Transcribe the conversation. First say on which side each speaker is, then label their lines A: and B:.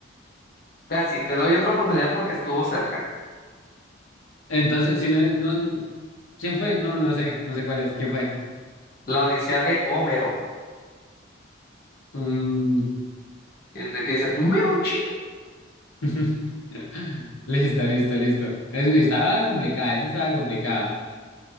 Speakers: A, on the left; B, on the left.
A: Casi, te doy otra oportunidad porque estuvo cerca.
B: Entonces, si no es, no, ¿quién fue? No, no sé, no sé cuál es, ¿quién fue?
A: La Odisea de Homero.
B: Mm,
A: ¿De qué dice? Homero chino.
B: <laughs> Listo, listo, listo. Es, uy, estaba complicada, esa estaba complicada.